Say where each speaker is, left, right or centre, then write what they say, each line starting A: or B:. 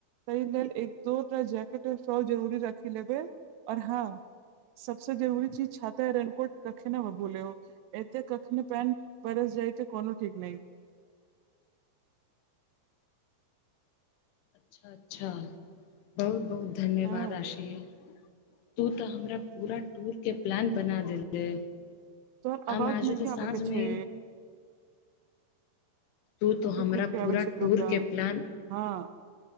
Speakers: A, on the right (about 80°); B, on the left (about 85°).
A: ताहि लेल एक दो जैकेटर फ्रॉ जरूरी रखि लेबै आऔर हँ सबसे जरूरी चीज छाता य रेननकोट कखनो ने भूलौ एकत कखनी पायन परस जाइत छै कोनो ठीक नहि
B: अच्छा अच्छा बहुत बहुत धन्यवाद
A: हँ
B: आशीष तू तऽ हमरा पूरा टूर के प्लान बना देले
A: तोहर
B: हम
A: अवाज
B: आजू
A: नह
B: के साँझ
A: आबे कऽ
B: में
A: छै
B: तू तऽ
A: रुक
B: हमरा
A: रुक के
B: पूरा
A: आबे छै प्रोग्राम
B: टूर के प्लान
A: हँ